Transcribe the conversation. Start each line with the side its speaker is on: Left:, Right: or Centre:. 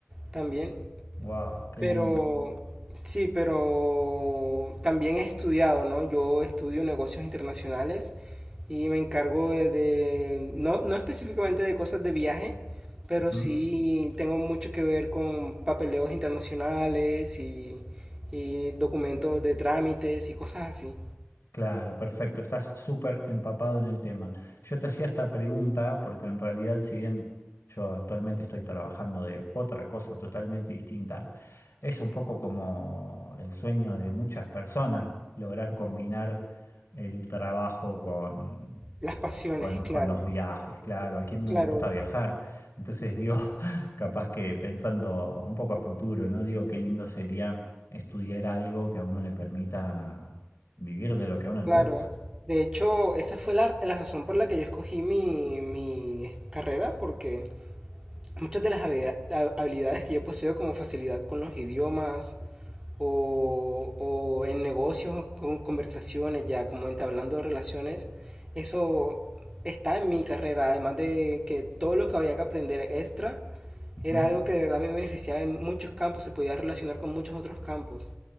Right: también.
Left: Wow, qué
Right: Pero
Left: lindo.
Right: sí, pero también he estudiado, ¿no? Yo estudio negocios internacionales y me encargo de, de- no, no específicamente de cosas de viaje, pero
Left: Ujú.
Right: sí tengo mucho que ver con papeleos internacionales y, y documentos de trámites y cosas así.
Left: Claro, perfecto, estás súper empapado en el tema. Yo te hacía esta pregunta porque en realidad, si bien yo actualmente estoy trabajando de otra cosa totalmente distinta, es un poco como el sueño de muchas personas lograr combinar el trabajo con,
Right: Las pasiones,
Left: con,
Right: claro,
Left: con los viajes, claro, ¿a quién no
Right: claro,
Left: le gusta viajar? Entonces digo, <laughs> capaz que pensando un poco a futuro, ¿no? Digo, qué lindo sería estudiar algo que a uno le permita Vivir de lo que a uno le
Right: claro.
Left: gusta.
Right: De hecho, esa fue la, la razón por la que yo escogí mi, mi carrera, porque muchas de las habilidades que yo poseo como facilidad con los idiomas o, o en negocios, con conversaciones, ya como entablando relaciones, eso está en mi carrera, además de que todo lo que había que aprender extra
Left: Ujú.
Right: era algo que de verdad me beneficiaba en muchos campos, se podía relacionar con muchos otros campos.